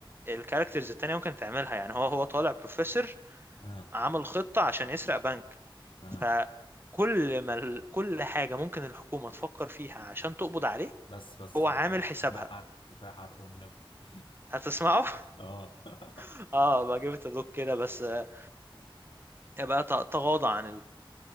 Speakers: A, on the right (about 25°); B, on the left (about 65°).
A: الكاركترز التانية ممكن تعملها يعني هو هو طالع بروفيسور
B: اه
A: عمل خطة عشان يسرق بنك
B: اه
A: فكل ما ال- كل حاجة ممكن الحكومة تفكر فيها عشان تقبض عليه
B: بس بس
A: هو
B: خلاص
A: عامل
B: بقى
A: حسابها
B: كفايه حرق كفايه حرق والنبي <laughs>
A: هتسمعه
B: اه <laughs>
A: <laughs> اه بقى جبت دوك كده بس آه، يبقى ت- تغاضى عن